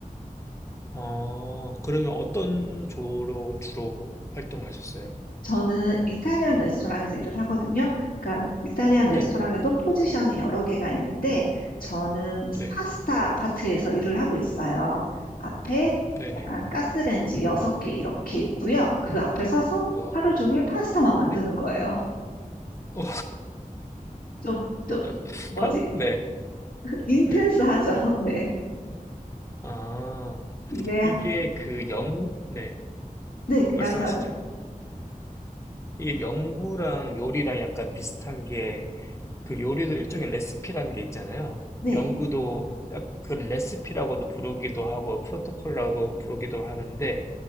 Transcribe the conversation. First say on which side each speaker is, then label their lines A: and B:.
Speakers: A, on the left (about 20°); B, on the left (about 85°).
A: 어, 그러면 어떤 조로 주로 활동하셨어요? 을
B: 저는 이탈리안 레스토랑에서 일을 하거든요. 그러니까 이탈리안
A: 네.
B: 레스토랑에도 포지션이 여러 개가 있는데 저는
A: 네.
B: 파스타 파트에서 일을 하고 있어요. 앞에
A: 네네.
B: 약간 가스레인지 여섯 개 이렇게 있고요. 그 앞에 서서
A: 우와.
B: 하루 종일 파스타만 만드는
A: 네.
B: 거예요.
A: 어,
B: 좀, 좀,
A: <laughs>
B: 뭐지?
A: 팟 네.
B: 인텐스하죠.
A: 네.
B: <laughs> 네.
A: 아,
B: 이게,
A: 이게 그 영, 네.
B: 네,
A: 말씀하시죠.
B: 말씀하세요.
A: 이게 연구랑 요리랑 약간 비슷한 게, 그 요리도 일종의 레시피라는 게 있잖아요.
B: 네,
A: 연구도 약- 그 레시피라고도 부르기도 하고, 프로토콜이라고 부르기도 하는데,